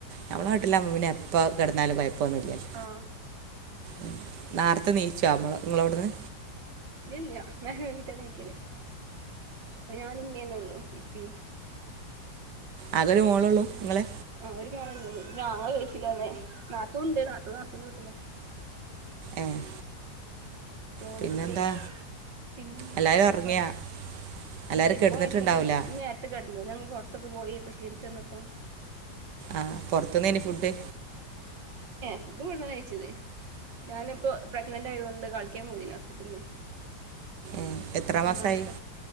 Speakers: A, on the right; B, on the right.
A: ഞമ്മളെ വീട്ടിലാകുമ്പോ പിന്നെ എപ്പോ കെടന്നാലും കൊയപ്പൊന്നു ഇല്ലല്ലോ?
B: ആഹ്
A: ഉം നാറത്തെ നീച്ചോ മ്മള ഇങ്ങളോട്ന്ന്
B: ഇല്ലല്ല നേരം വെകീട്ടാ നീക്കല് ഇപ്പോ ഞാനു ഉമ്മേള്ളു ഇപ്പയും
A: ആകെ ഒരു മോളോള്ളൂ ഇങ്ങള്
B: ആഹ് ഒരു മേളെന്നെ ഉള്ളു ആങ്ങള ഗൾഫിലാണ് നാത്തൂൻ ഇണ്ട് നാത്തൂൻ നാത്തൂന്റെ വിട്ടിലാ
A: ഏഹ്
B: ഓൾക്ക്
A: പിന്നെന്താ
B: പിന്നെന്താ
A: എല്ലാരും ഒറങ്ങിയോ?
B: പോയോ
A: എല്ലാരും
B: ഇല്ല ഇമ്മ
A: കെടന്നിട്ടുണ്ടാവൂലാ?
B: കെടന്ന്ക്ക്ണ് <unintelligible> കെടന്ന് <unintelligible> പൊറത്തൊക്കെ പോയി ഇപ്പൊ ക്ഷീണിച്ചു വന്നപ്പോ
A: ആഹ് പൊറത്ത്ന്നേനി ഫുഡ്?
B: ഫുഡ് ഇവിട്ന്നാ കയ്ച്ചത് ഞാനിപ്പോ പ്രഗ്നന്റ് ആയതോണ്ട് കാണിക്കാൻ പോയിനി ഹോസ്പിറ്റലില്
A: ഉം എത്ര
B: മൂന്നാമത്തെ
A: മാസായി